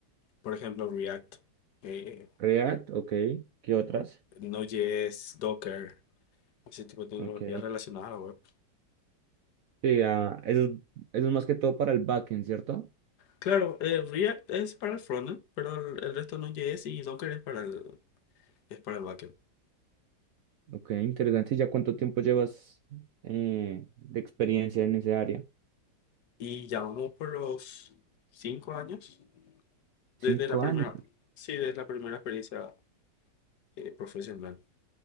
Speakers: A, on the left; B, on the right.
A: por ejemplo, React, eh,
B: React, ok, ¿qué otras?
A: Re- Node.js, Docker, ese tipo de tecnologías
B: Ok.
A: relacionadas a la web.
B: Sí, ah, eso, es- eso es más que todo para el backend, ¿cierto?
A: Claro, eh, React es para el frontend, pero el, el resto no Node.js y Docker es para el, es para el backend.
B: Ok, interesante. ¿Y ya cuánto tiempo llevas eh, de experiencia en esa área?
A: Y ya vamos por los cinco años
B: Cinco
A: desde la primera,
B: años.
A: sí, desde la primera experiencia eh, profesional.